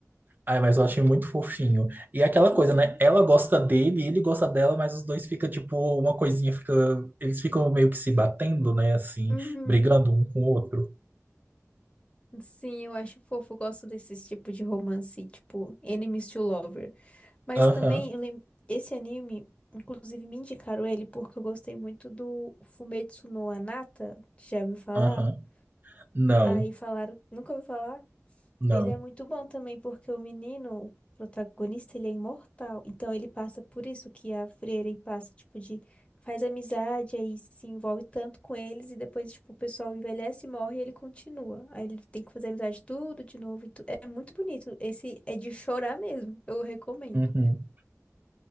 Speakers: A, on the right; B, on the left.
A: Ai, mas eu achei muito fofinho. E é aquela
B: Uhum.
A: coisa, né? Ela gosta dele, ele gosta dela, mas os dois fica tipo, uma coisinha fica. Eles ficam meio que se batendo, né? Assim,
B: Uhum.
A: brigando um com o outro.
B: Sim, eu acho fofo, eu gosto desses tipos de romance, tipo enemies to lovers. Mas
A: Aham,
B: também eu lembro, esse anime, inclusive me indicaram ele porque eu gostei muito do Fumetsu no Anata, já ouviu falar?
A: aham. Não,
B: Aí falaram, nunca ouviu falar?
A: não.
B: Ele é muito bom também porque o menino, o protagonista, ele é imortal. Então ele passa por isso que a Frieren passa, tipo, de faz amizade, aí se envolve tanto com eles e depois, tipo, o pessoal envelhece, morre e ele continua. Aí ele tem que fazer amizade tudo de novo. e tu- É muito bonito. Esse é de chorar mesmo. Eu recomendo.
A: Uhum.